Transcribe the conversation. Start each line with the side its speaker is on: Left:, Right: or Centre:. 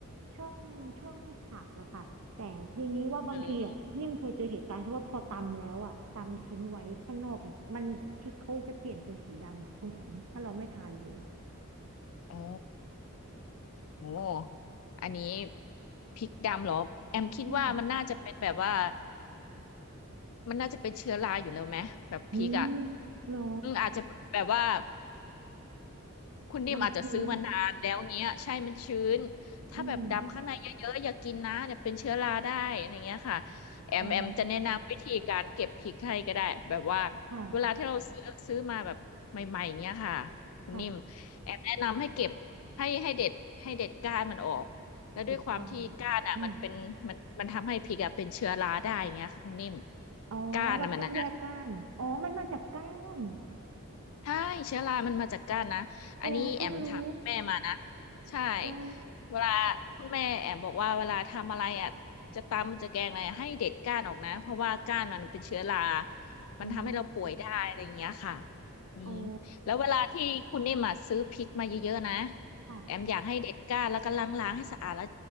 Right: ช่องช่องผักอะค่ะแต่ทีนี้ว่าบางทีอะนิ่มเคยเจอเหตุการณ์ที่ว่าพอตำแล้วอะตำทิ้งไว้ข้างนอกเนี่ยมันพริกเขาจะเปลี่ยนเป็นสีดำอะคุณแอมถ้าเราไม่ทานเลย
Left: อืมอ๋อโอ้อันนี้พริกดำเหรอแอมคิดว่ามันน่าจะเป็นแบบว่า
Right: อืม
Left: มันน่าจะเป็นเชื้อราอยู่แล้วไหมแบบพริกอ่ะ
Right: อืมเหรอ
Left: อืมอาจจะแบบว่า คุณดิมอาจจะซื้อมานานแล้วเงี้ยใช่มันชื้น
Right: มันชื้น
Left: ถ้าแบบดำข้างในเยอะๆอย่ากินนะเดี๋ยวเป็นเชื้อราได้อะไรเงี้ยค่ะ
Right: อืม
Left: แอมแอมจะแนะนำวิธีการเก็บพริกให้ก็ได้แบบว่า
Right: อ๋อค่ะ
Left: เวลาที่เราซื้อซื้อมาแบบใหม่ๆเงี้ยค่ะคุณนิ่ม
Right: ค่ะ
Left: แอมแนะนำให้เก็บให้ให้เด็ดให้เด็ดก้านมันออกแล้วด้วยความที่ก้านอ่ะมันเป็นมันมันทำให้พริกอ่ะเป็นเชื้อราได้อย่างเงี้ยค่ะคุณนิ่ม
Right: เด็ดก้านอืมอ๋อเราต้องแยกก้านอ๋อมันมาจากก้าน
Left: ก้านอ่ะมันนะ ใช่เชื้อรามันมาจากก้านนะอันนี้แอมถามคุณแม่มานะ
Right: อ๋อเพิ่งรู้
Left: ใช่
Right: โอ้
Left: เวลาคุณแม่แอมบอกว่าเวลาทำอะไรอ่ะจะตำจะแกงอะไรอะให้เด็ดก้านออกนะเพราะว่าก้านมันเป็นเชื้อรามันทำให้เราป่วยได้อะไรอย่างเงี้ยค่ะ
Right: อืม
Left: อืมแล้วเวลาที่คุณนิ่มอะซื้อพริกมาเยอะๆนะ
Right: โอ้ค่ะ
Left: แอมอยากให้เด็ดก้านแล้วก็ล้างๆให้สะอาดแล้ว